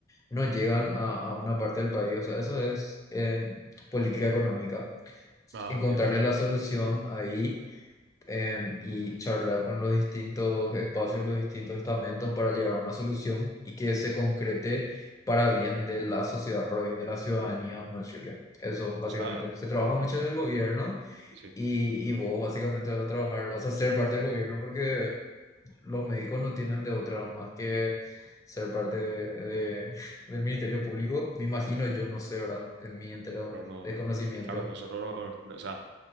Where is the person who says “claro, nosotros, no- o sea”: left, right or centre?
Right